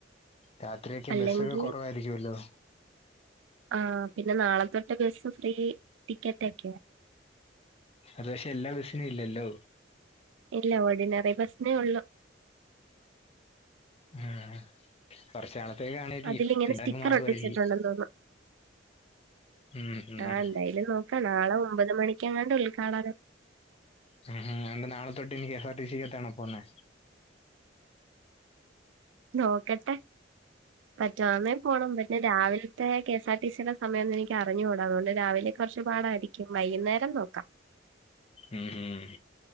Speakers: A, on the left; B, on the right.
A: രാത്രിയൊക്കെ
B: അല്ലെങ്കി
A: ബസ് കുറവായിരിക്കുമല്ലോ.
B: ആ പിന്നെ നാളെ തൊട്ട് ബസ് ഫ്രീ ടിക്കറ്റ് ഒക്കെ
A: അത് പക്ഷെ എല്ലാ ബസിനും ഇല്ലല്ലോ?
B: ഇല്ല ഓർഡിനറി ബസിനേ ഒള്ളു.
A: ഹ് ഉം കുറച്ച് നാളത്തേക്ക് കാണുമായിരിക്കും.
B: അതിലിങ്ങനെ
A: പിന്നങ്ങ്
B: സ്റ്റിക്കർ
A: മാറുവായിരിക്കും.
B: <unintelligible>
A: ഉം ഉം
B: ആഹ എന്തായാലും നോക്കാം നാളെ ഒമ്പത് മണിക്കെങ്ങാണ്ട് ഉദ്ഘാടനം.
A: ഹും ഹും രണ്ട് നാളത്തൊട്ട് കെ എസ് ആർ ടി സിക്ക്റ്റെണോ പോവുന്നെ.
B: നോക്കട്ടെ. പറ്റുവാന്നെ പോണം പിന്നെ രാവിലത്തെ കെ എസ് ആർ ടി സിയുടെ സമയം ഒന്നും എനിക്ക് അറിഞ്ഞു കൂടാ അതുകൊണ്ട് രാവിലെ കൊറച്ച് പാടായിരിക്കും. വൈകുന്നേരം നോക്കാം.
A: ഉം ഹം